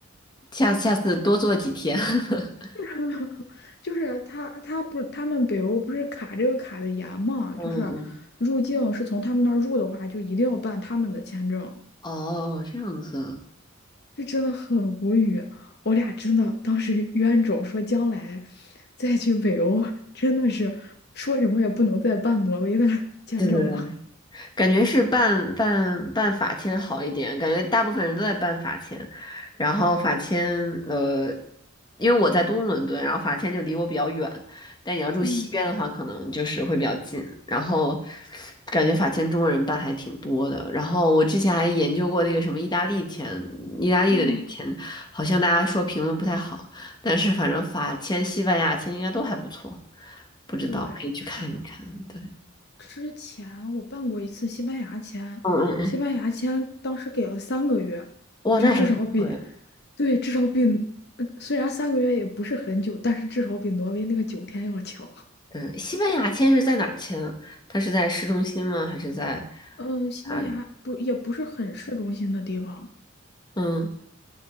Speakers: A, on the left (about 20°); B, on the left (about 55°).
A: 下下次多做几天。<laughs>
B: <laughs> 就是他他不是他们北欧不是卡这个卡的严嘛，
A: 嗯嗯，
B: 就是入境是从他们那儿入的话，就一定要办他们的签证。
A: 哦，这样子啊，
B: 这真的很无语，我俩真的当时 <laughs> 冤种说将来再去北欧，真的是说什么也不能再办挪威的 <laughs> 签证了。
A: 对对对，感觉是办办办法签好一点，感觉大部分人都在办法签，然后法签呃，因为我在东伦敦，然后法签就离我比较远，但你要住西边的话，
B: 嗯
A: 可能就是会比较近。然后感觉法签中国人办还挺多的，然后我之前还研究过那个什么意大利签，意大利的那个签，
B: 嗯，
A: 好像大家说评论不太好，但是反正法签、西班牙签应该都还不错，不知道可以去看一看。
B: 对，是的。
A: 对，
B: 之前我办过一次西班牙签，
A: 嗯嗯嗯，
B: 西班牙签当时给了三个月，
A: 哇，
B: 就至少比，
A: 那还不错。呀。
B: 对，至少比，呃虽然三个月也不是很久，但是至少比挪威那个九天要强。<laughs>
A: 嗯，西班牙签是在哪儿签啊？它是在市中心吗？还是在
B: 嗯、西班牙不也不是很市中心的地方，
A: 哪里？嗯，